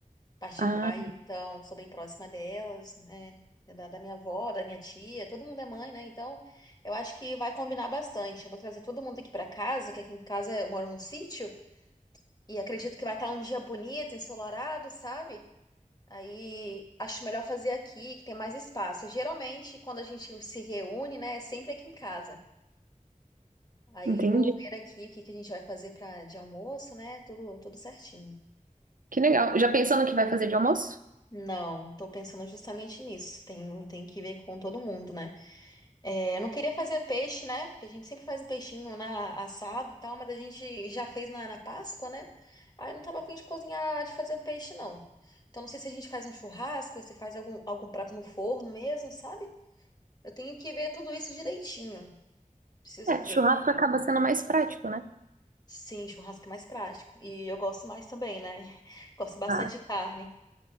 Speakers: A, on the left (about 30°); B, on the right (about 80°).
A: Parte
B: Ah,
A: de pai, então sou bem próxima delas, né? É Da, da minha avó, da minha tia, todo mundo é mãe, né? Então, eu acho que vai combinar bastante. Eu vou trazer todo mundo aqui pra casa, que aqui em casa eu moro num sítio, e acredito que vai estar um dia bonito, ensolarado, sabe? Aí acho melhor fazer aqui, que tem mais espaço. Geralmente, quando a gente se reúne, né, é sempre aqui em casa. Aí
B: entendi.
A: vou ver aqui o que que a gente vai fazer para de almoço, né? Tudo, tudo certinho.
B: Que legal. Já pensou no que vai fazer de almoço?
A: Não, tô pensando justamente nisso. Tem, tem que ver com todo mundo, né? É, eu não queria fazer peixe, né? Porque a gente sempre faz o peixinho na, assado e tal, mas a gente já fez na, na Páscoa, né? Aí eu não tava afim de cozinhar, de fazer o peixe, não. Então não sei se a gente faz um churrasco, ou se faz algum, algum prato no forno mesmo, sabe? Eu tenho que ver tudo isso direitinho. Preciso
B: É,
A: ver.
B: churrasco acaba sendo mais prático, né?
A: Sim, churrasco é mais prático. E eu gosto mais também, né? <laughs> Gosto bastante
B: Ah,
A: de carne.